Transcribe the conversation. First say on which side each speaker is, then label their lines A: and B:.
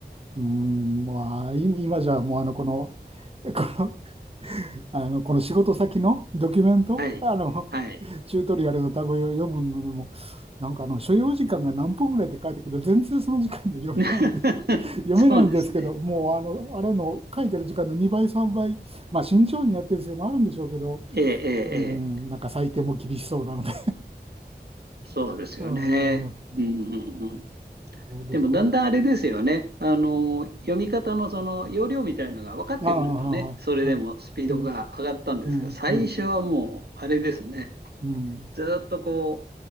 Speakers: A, on the right (about 35°); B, on the right (about 70°).
A: うーん、まあ、今今じゃもうあの、この、この、あの、この仕事先のドキュメント、
B: はい。
A: あの、
B: はい。
A: チュートリアルのタグを読むのでも、なんかあの所要時間が何分ぐらいって書いてるけど、全然その時間で読めないんで、
B: <laughs>
A: <laughs> 読めないんですけど、
B: そうですね。
A: もうあの、あれの書いてる時間の2倍、3倍、まあ慎重にやってるせいもあるんでしょうけど、
B: ええ、ええ、
A: うーん、
B: ええ。
A: なんか採点も厳しそうなので、
B: そうですよね。
A: <laughs> うーん、ん
B: うん、うん、うん。
A: そうですか。
B: でも、だんだんあれですよね。あの、読み方のその要領みたいのが分かってくるとね、
A: ああ、ああああうん、
B: それでもスピードが上がったんですが、
A: うん、
B: 最初はもう、
A: うん、
B: あれですね。
A: うん、
B: ずーっとこ